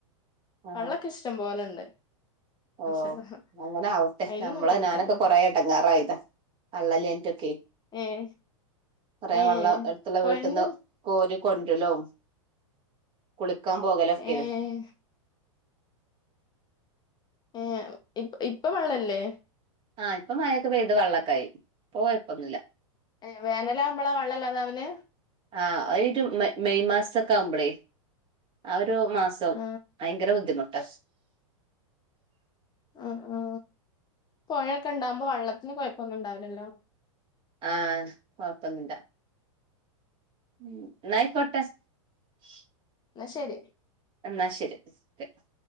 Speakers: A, on the right; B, on the left.
A: ആ
B: വള്ളൊക്കെ ഇഷ്ടം പോലെണ്ട്
A: ഓ
B: മാഷാ അള്ളാ
A: അങ്ങനെ ആവട്ടെ
B: അയിനൊന്നും
A: നമ്മള്
B: കൊഴപ്പല്ല.
A: ഞാനൊക്കെ കൊറേ എടങ്ങേറായതാ വെള്ളല്ലാഞ്ഞിട്ടൊക്കെ
B: ഏഹ്
A: കൊറേ
B: ഏഹ്
A: വെള്ളം എടുത്തുള്ള
B: പൊഴന്റെ
A: വീട്ടിന്ന് കോരും കൊണ്ടലും കുളി ക്കാൻ പോകലൊക്കെയാണ്
B: ഏഹ് ഏ ഇപ് ഇപ്പൊ വള്ള ല്ലേ
A: ആഹ് ഇപ്പ മയൊക്കെ പെയ്ത് വെള്ളൊക്കായി ഇപ്പോ കൊയപ്പൊന്നുല്ല
B: ഏ വേനലാവുമ്പളാ വെള്ളല്ലാതാവല്
A: ആ അ ഒരു മെ മെയ് മാസൊക്കെ ആവുമ്പളേ ആ ഒരു മാസം
B: ആ
A: ഭയങ്കര ബുദ്ധിമു <unintelligible>
B: ആ ആ പൊഴ ഒക്കെ ഉണ്ടാവുമ്പോ വള്ളത്തിന് കുഴപ്പൊന്നും ഉണ്ടാവില്ലല്ലോ
A: ആ കൊഴപ്പൊന്നില്ല ഉം എന്നായിക്കോട്ടേ <unintelligible>
B: എന്നാ ശരി
A: എന്നാ ശരി <unintelligible>